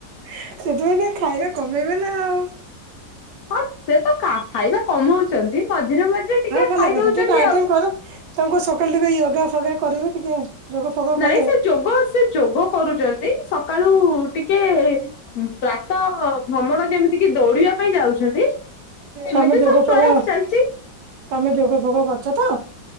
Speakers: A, on the right; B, on the left.
A: ସେଥିପାଇଁ ଟିକେ ଖାଇବା କମେଇବେ ନା ଆଉ।
B: ହଁ ସେ ତ ଖା ଖାଇବା କମାଉଚନ୍ତି ମଝିରେ ମଝିରେ ଟିକେ
A: ଭଲ
B: ଖାଇଦଉଚନ୍ତି
A: କଥା ଟିକେ ଡାଏଟିଂ
B: ଆଉ।
A: ହଁ ତାଙ୍କୁ କୁହ ସକାଳୁ ଟିକେ ୟୋଗା ଫୋଗା କରିବେ ଟିକେ। ଯୋଗ ଫୋଗ
B: ନାଇଁ
A: କଲେ
B: ସେ ଯୋଗ ସେ ଯୋଗ କରୁଚନ୍ତି ସକାଳୁ ଟିକେ ପ୍ରାତ ଭ୍ରମଣ ଯେମିତି କି ଦୌଡିବା ପାଇଁ ଯାଉଛନ୍ତି। ଏମିତି
A: ତମେ ଯୋଗ
B: ସବୁ ପ୍ରୟାସ
A: ଫୋଗ
B: ଚାଲଚି।
A: ତମେ ଯୋଗ ଫୋଗ କରୁଚ ତ।